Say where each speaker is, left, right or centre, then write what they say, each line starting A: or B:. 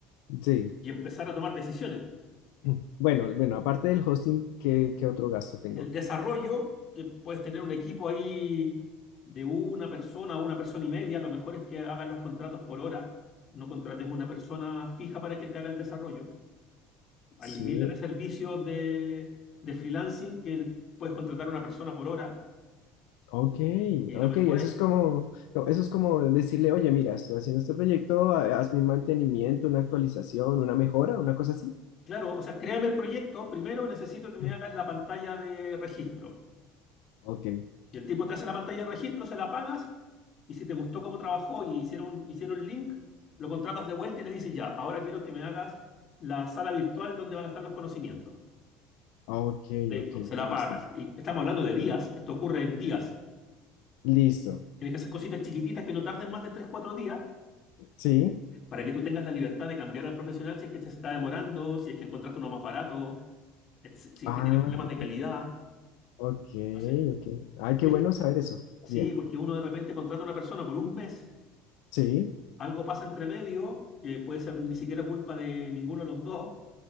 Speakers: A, on the left (about 75°); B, on the left (about 45°).
A: Sí.
B: y empezar a tomar decisiones.
A: <clears throat> Bueno, bueno, aparte del hosting, ¿qué, qué otro gasto tengo?
B: El desarrollo, que puedes tener un equipo ahí de una persona o una persona y media, lo mejor es que hagan los contratos por hora, no contrates una persona fija para que te haga el desarrollo. Hay
A: Sí,
B: miles de servicios de, de freelancing que puedes contratar a una persona por hora.
A: ok,
B: Y
A: ok,
B: lo mejor
A: eso
B: es,
A: es como, no, eso es como decirle, oye, mira, estoy haciendo este proyecto, ha- hazme un mantenimiento, una actualización, una mejora, una cosa así.
B: claro, o sea, créame el proyecto. Primero necesito que me
A: <clears throat>
B: hagas la pantalla de registro.
A: Ok,
B: Y el tipo te hace la pantalla de registro, se la pagas. Y si te gustó cómo trabajó y hicieron, hicieron el link, lo contratas de vuelta y le dices ya, ahora quiero que me hagas la sala virtual donde van a estar los conocimientos.
A: ok,
B: Listo,
A: ok,
B: se
A: listo.
B: la pagas. Y estamos hablando de días. Esto ocurre en días.
A: Listo,
B: Tienes que hacer cositas chiquititas que no tarden más de tres cuatro días
A: sí.
B: para que tú tengas la libertad de cambiar al profesional si es que se está demorando, si es que encontraste uno más barato, et- si
A: Ah,
B: es que tiene problemas de calidad.
A: ok,
B: No sé.
A: ok. Ay, qué
B: Sí,
A: bueno saber eso.
B: Sí,
A: Bien,
B: porque uno de repente contrata a una persona por un mes,
A: sí,
B: algo pasa entre medio, que puede ser ni siquiera culpa de ninguno de los dos,